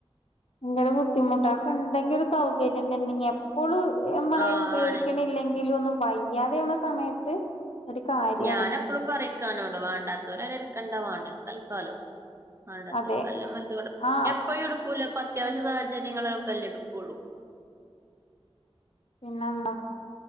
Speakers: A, on the left; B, on the right.
A: ഭയങ്കര ബുദ്ധിമുട്ടാ അതൊക്കെണ്ടെങ്കി സൗകര്യം തന്നെ എപ്പള് നമ്മളായി
B: ആഹ്
A: ഉപയോഗിക്കണില്ലെങ്കിലും
B: ആണ്
A: ഒന്നു വയ്യാതാവ്ണ സമയത്ത് ഒരു കാര്യാണ്
B: ഞാന് എപ്പളും പറിം ഇക്കാനോട് വാണ്ടാത്തവര് അയില് അലക്കണ്ട വാണ്ടിയോല്ക്ക് അലക്കലോ വേണ്ടത്തോൽ
A: അതെ
B: കല്ല്മ്മേ അലക്കിക്കൊട്ടെ
A: ആഹ്
B: എപ്പഴും എടുക്കൂല അത്യാവശ്യ സാഹചര്യങ്ങളൊക്കെല്ലേ എടുക്കുള്ളൂ
A: പിന്നെ എന്താ